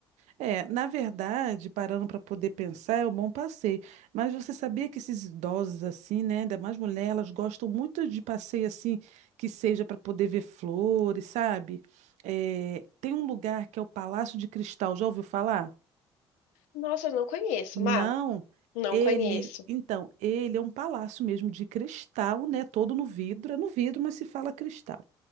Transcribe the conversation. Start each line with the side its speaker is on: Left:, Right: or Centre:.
Right: É, na verdade, parando para poder pensar, é um bom passeio. Mas você sabia que esses idosos assim, né, ainda mais mulher, elas gostam muito de passeio assim, que seja para poder ver flores, sabe? É, tem um lugar que é o Palácio de Cristal, já ouviu falar?
Left: Nossa, eu não conheço,
Right: Não,
Left: Má. Não
Right: ele,
Left: conheço.
Right: então, ele é um palácio mesmo de cristal, né, todo no vidro, é no vidro, mas se fala cristal.